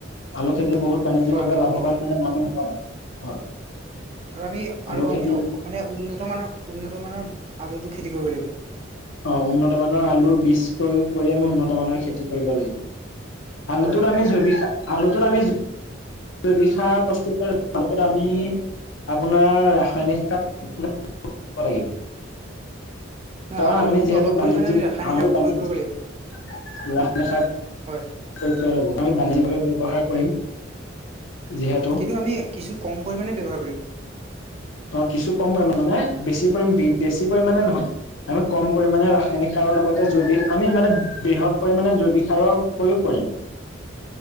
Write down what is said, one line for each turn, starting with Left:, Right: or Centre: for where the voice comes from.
Left: আলু খেতি বহুত বাণিজ্যিক
Right: হয়
Left: ভাৱে
Right: হয়
Left: লাভৱান
Right: হ'ম বাৰু
Left: মানে মানুহ হয়। হয়।
Right: আৰু আমি
Left: আলু
Right: আৰু
Left: খেতিৰ
Right: আমি মানে উন্নত মানৰ উন্নত মানৰ আলুটো খেতি কৰিব লাগিব।
Left: অ' উন্নত মানৰ আলুৰ বীজ প্ৰয়োগ কৰি আমি উন্নত মানৰ খেতি কৰিব লাগিব। আলুটোৰ
Right: হয় হয়
Left: আমি জৈৱিক সা আলুটোৰ আমি জ জৈবিক সাৰ প্ৰস্তুত কৰি আলুটোট আমি আপোনাৰ ৰাসায়নিক সাৰ <unintelligible>
Right: ন
Left: কাৰণ
Right: আলুটোত
Left: আমি যিহেতু
Right: অলপ
Left: বাণিজ্যিক
Right: পৰিমাণে আমি ৰাসায়নিক
Left: আলু
Right: সাৰ প্ৰয়োগ
Left: বাণিজ্যিক
Right: কৰিব লাগিব
Left: কস নখ <unintelligible>
Right: হয়
Left: ল'ব আমি বাণিজ্যিকভাৱে ব্যৱসায় কৰিম যিহেতু।
Right: কিন্তু আমি কিছু কম পৰিমাণে ব্যৱহাৰ কৰিম।
Left: অ' কিছু কম পৰিমাণে মানে বেছি পৰিমাণ বেছি পৰিমণে নহয় আমি কম পৰিমণে ৰাসায়নিক সাৰ সাৰৰ লগতে
Right: হয়
Left: জৈৱিক আমি মানে বৃহৎ পৰিমাণে জৈৱিক সাৰৰ প্ৰয়োগ কৰিম।